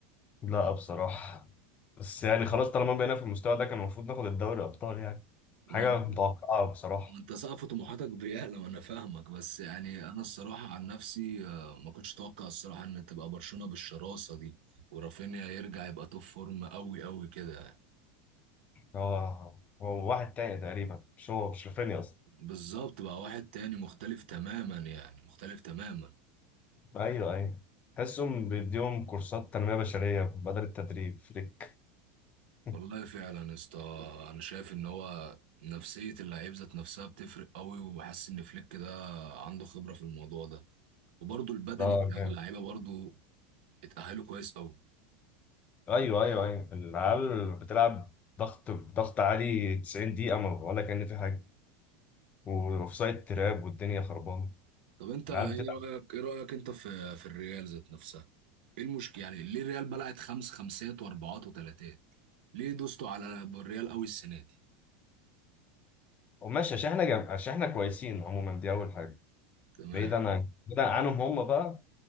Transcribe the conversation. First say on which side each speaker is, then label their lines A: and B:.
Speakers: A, on the left; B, on the right.
A: لا بصراحه بس يعني خلاص طالما بقينا في المستوى ده كان المفروض ناخد الدوري ابطال يعني
B: وانت
A: حاجه متوقعه بصراحه
B: وانت سقف طموحاتك بيعلى وانا فاهمك بس يعني انا الصراحه عن نفسي آه، ما كنتش اتوقع الصراحه ان تبقى برشلونه بالشراسه دي ورافينيا يرجع يبقى توب فورم قوي قوي كده
A: هو هو واحد تاني تقريبا مش هو مش رافينيا اصلا
B: بالظبط بقى واحد تاني مختلف تماما يعني مختلف تماما
A: ايوه ايوه تحسهم بيديهم كورسات تنميه بشريه بدل التدريب فليك <laughs>
B: والله فعلا يا اسطى انا شايف ان هو نفسية اللعيب ذات نفسها بتفرق قوي وحاسس ان فليك ده عنده خبرة في الموضوع ده وبرضه البدني
A: اه
B: بتاع
A: جامد
B: اللعيبة برضه اتأهلوا كويس قوي
A: ايوه ايوه ايوه العيال بتلعب ضغط ضغط عالي 90 دقيقه ما ولا كان في حاجه واوف سايد تراب والدنيا خربانه
B: طب انت
A: العيال
B: ايه
A: بتلعب
B: رأيك ايه رأيك انت في في الريال ذات نفسها ايه المشكلة يعني ليه الريال بلعت خمس خمسات واربعات وتلاتات ليه دوستوا على الريال قوي السنة دي
A: وماشي عشان احنا جم... عشان احنا كويسين عموما دي اول حاجه
B: تمام
A: بعيدا عن بعيدا عنهم هم بقى